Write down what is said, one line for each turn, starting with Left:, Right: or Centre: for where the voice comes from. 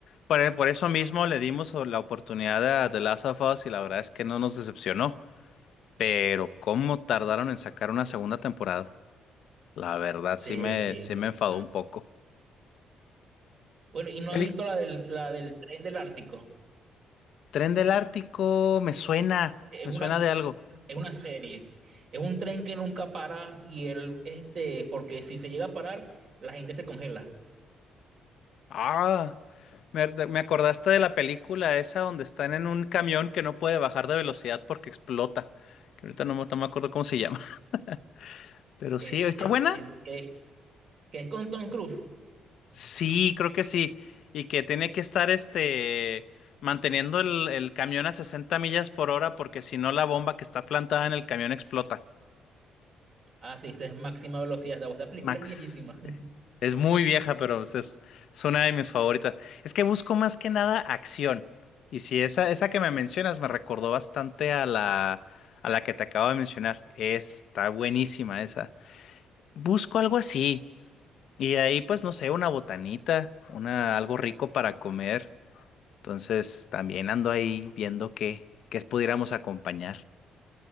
Left: por, por eso mismo le dimos o- la oportunidad a The Last of Us y la verdad es que no nos decepcionó. Pero cómo tardaron en sacar una segunda temporada. La verdad
Right: sí,
Left: sí me,
Right: sí.
Left: sí
Right: bacana.
Left: me enfadó un poco.
Right: Bueno, ¿y no
Left: El
Right: has visto la del, la del tren del Ártico?
Left: Tren del Ártico, me suena,
Right: Es
Left: me
Right: una,
Left: suena de algo.
Right: es una serie. Es un tren que nunca para y él, este, porque si se llega a parar, la gente se congela.
Left: Ah, me, me acordaste de la película esa donde están en un camión que no puede bajar de velocidad porque explota. Que ahorita no, me no me acuerdo cómo se llama. <laughs> Pero
Right: Es,
Left: sí, ¿está
Right: es,
Left: buena?
Right: es- es- que es con Tom Cruise.
Left: Sí, creo que sí. Y que tiene que estar este manteniendo el, el camión a 60 millas por hora porque si no la bomba que está plantada en el camión explota.
Right: Así es, es máxima velocidad. La voz de la película
Left: Max.
Right: es viejísima.
Left: sí.
Right: <laughs>
Left: Es muy vieja, pero es, es es una de mis favoritas. Es que busco más que nada acción. Y si esa, esa que me mencionas me recordó bastante a la, a la que te acabo de mencionar. Está buenísima esa. Busco algo así. Y de ahí, pues, no sé, una botanita, una, algo rico para comer. Entonces, también ando ahí viendo qué, qué pudiéramos acompañar.